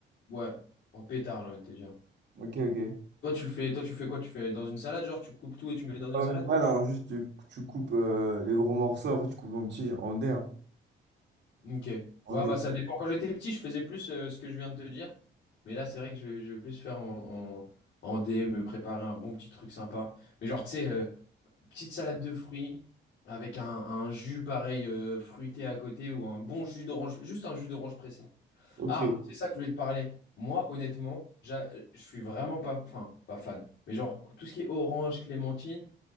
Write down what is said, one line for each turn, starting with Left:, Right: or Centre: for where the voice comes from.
Left: ouais, en pétard, j'ai envie de te dire.
Right: Ok, ok.
Left: Toi, tu le fais, toi, tu fais quoi? Tu fais dans une salade, genre, tu coupes tout et tu mets dans
Right: Pas
Left: une salade?
Right: dans une poêle, hein, juste tu, tu coupes euh, les gros morceaux, après tu coupes en petits, en dés. hein,
Left: Ok.
Right: en
Left: Ouais,
Right: dés.
Left: bah ça dépend. Quand j'étais petit, je faisais plus euh, ce que je viens de te dire. Mais là, c'est vrai que je, vais je vais plus faire en, en, en DM, me préparer un bon petit truc sympa. Mais genre, tu sais. euh, petite salade de fruits avec un, un jus pareil euh, fruité à côté ou un bon jus d'orange, juste un jus d'orange pressé.
Right: Ok.
Left: Ah, c'est ça que je voulais te parler. Moi, honnêtement, j'a- je suis vraiment pas, enfin, pas fan. Mais genre, tout ce qui est orange, clémentine,